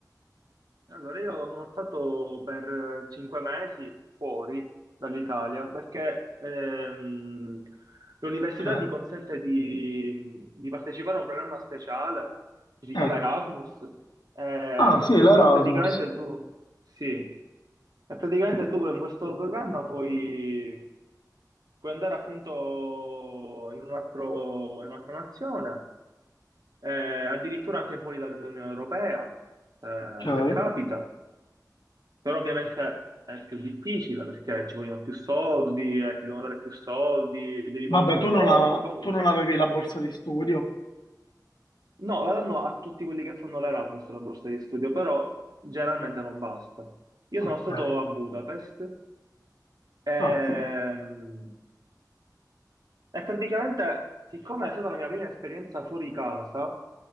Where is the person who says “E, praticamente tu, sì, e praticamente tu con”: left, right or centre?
Right